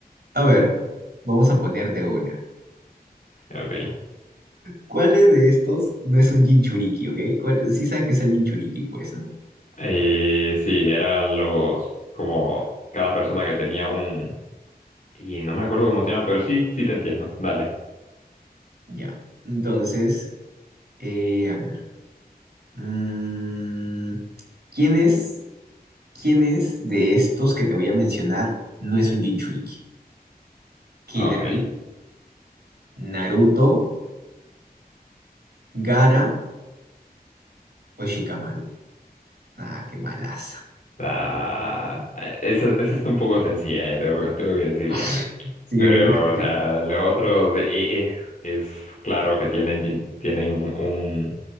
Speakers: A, on the right; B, on the left.
A: A ver, vamos a poner de una.
B: Ok.
A: ¿Cuáles de estos no es un Jinchuriki, ok? ¿Cuál, sí sabes que es el Jinchuriki, pues, ¿no?
B: Eh, sí, eran los, como cada persona que tenía un... Y no me acuerdo cómo se llama, pero sí, sí te entiendo. Dale.
A: Ya. Entonces, eh, a ver. mm, ¿quién es, quién es de estos que te voy a mencionar no es un Jinchuriki? ¿Killer
B: Ok.
A: Bill, Naruto, Gara o Shikamaru? Ah, qué malaza.
B: Ah, esa, esa está un poco sencilla, eh, tengo, tengo que decirlo.
A: <laughs> Sí,
B: Pero,
A: ahí, güey.
B: o sea, los otros eh, eh, es, claro que tienen, tienen un...